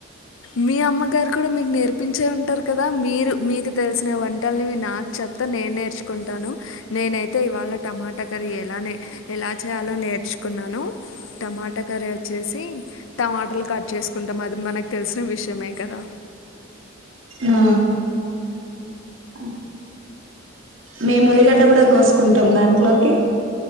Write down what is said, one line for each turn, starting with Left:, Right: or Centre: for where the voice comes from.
Left: మీ అమ్మగారు కూడా మీకు నేర్పించే ఉంటారు గదా మీరు మీకు తెలిసిన వంటలని నాకు చెపుతా నేను నేర్చుకుంటాను నేనైతే ఇవాళ టమాటా కర్రీ ఎలానే ఎలా చేయాలో నేర్చుకున్నాను టమాటా కర్రీ వచ్చేసి టమాటలక్ కట్ చేసుకుంటాం అది మనక్ తెలిసిన విషయమే కదా
Right: ఆ అ మేము ఉల్లిగడ్డ
Left: ఏంటండి
Right: గుడా కోసుకుంటాం దాంట్లోకి